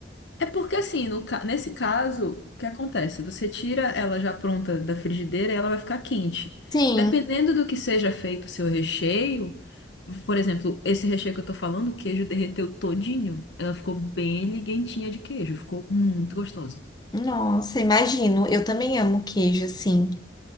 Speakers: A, on the left; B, on the left.
A: É porque assim, no ca- nesse caso, o que acontece? Você tira ela já pronta da frigideira e ela vai ficar quente.
B: Sim.
A: Dependendo do que seja feito o seu recheio, por exemplo, esse recheio que eu tô falando, o queijo derreteu todinho. Ela ficou bem liguentinha de queijo, ficou muito gostosa.
B: Nossa, imagino. Eu também amo queijo, assim.